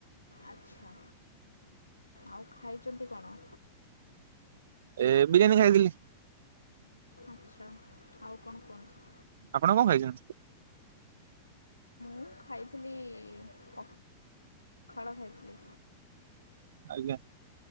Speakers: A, on the left (about 85°); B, on the right (about 65°).
A: ଆଛା, ଆଉ ଖାଇଛନ୍ତି କଣ?
B: ଏ ବିରିୟାନୀ ଖାଇଥିଲି।
A: ଆଚ୍ଛା, ଆଉ କଣ କୁହନ୍ତୁ।
B: ଆପଣ କଣ ଖାଇଚନ୍ତି?
A: ମୁଁ ଖାଇଥିଲି ପଖାଳ ଖାଇଥିଲି।
B: ଆଜ୍ଞା,